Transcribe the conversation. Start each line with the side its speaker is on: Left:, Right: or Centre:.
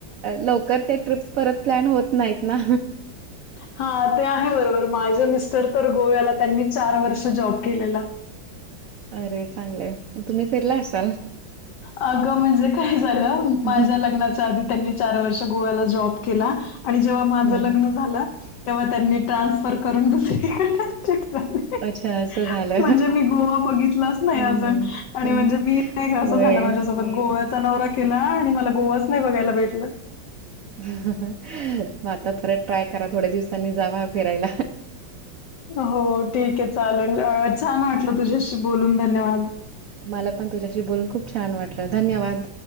Right: लवकर ते ट्रिप्स परत प्लॅन होत नाहीत ना?
Left: हा. ते आहे बरोबर. माझ्या मिस्टर तर गोव्याला त्यांनी चार वर्ष जॉब केलेला.
Right: अरे! चांगलंय. तुम्ही फिरला असाल
Left: अगं म्हणजे काय झालं?
Right: हम्म.
Left: माझ्या लग्नाच्या आधी- त्यांनी चार वर्ष गोव्याला जॉब केला आणि जेव्हा माझं
Right: हम्म.
Left: लग्न झाल- तेव्हा त्यांनी ट्रान्सफर करून दुसरीक शिफ्ट झाले.
Right: अच्छा असं झालं
Left: म्हणजे मी गोवा बघितलाच नाही
Right: हम्म.
Left: अजून. आणि
Right: हम्म
Left: म्हणजे मी नाही का
Right: होय
Left: असं झालं माझ्यासोबत गोव्याचा नवरा केला आणि मला गोवाच नाही बघायला भेटल.
Right: मग आता परत ट्राय करा. थोड्या दिवसांनी जावा फिरायला.
Left: हो ठीक आहे चालेल. छान वाटलं तुझ्याशी बोलून धन्यवाद.
Right: मला पण तुझ्याशी बोलून खूप छान वाटलं धन्यवाद.